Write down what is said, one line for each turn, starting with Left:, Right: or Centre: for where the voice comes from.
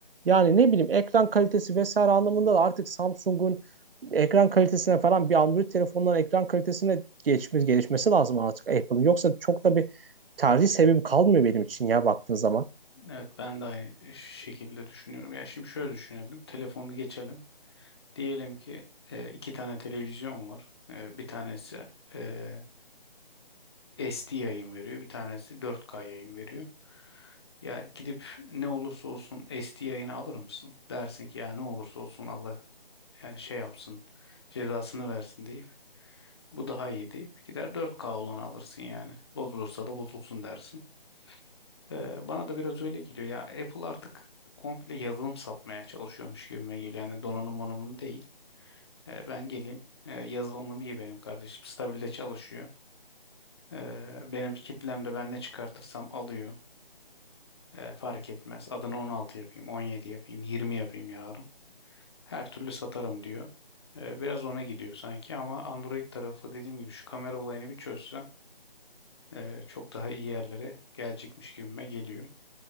Right: yani ne bileyim ekran kalitesi vesaire anlamında da artık Samsung'un ekran kalitesine falan bir Android telefonların ekran kalitesine geçmiş gelişmesi lazım artık Apple'ın. Yoksa çok da bir tercih sebebim kalmıyor benim için ya baktığın zaman.
Left: Evet ben de aynı şekilde düşünüyorum. Ya şimdi şöyle düşünelim. Telefonu geçelim. Diyelim ki e, iki tane televizyon var. E, bir tanesi e, SD yayın veriyor. Bir tanesi 4K yayın veriyor. Ya gidip ne olursa olsun SD yayını alır mısın? Dersin ki ya ne olursa olsun Allah yani şey yapsın cezasını versin deyip bu daha iyi deyip gider 4K olanı alırsın yani. Bozulursa da bozulsun dersin. Ee, bana da biraz öyle geliyor. Ya Apple artık komple yazılım satmaya çalışıyormuş gibime geliyor. Yani donanım onun değil. Ee, ben geleyim. Ee, yazılımım iyi benim kardeşim. Stabilde çalışıyor. Ee, benim kitlemde ben ne çıkartırsam alıyor. Ee, fark etmez. Adını 16 yapayım, 17 yapayım, 20 yapayım yarın. Her türlü satarım diyor. Ee, biraz ona gidiyor sanki ama Android tarafı dediğim gibi şu kamera olayını bir çözse e, çok daha iyi yerlere gelecekmiş gibime geliyor.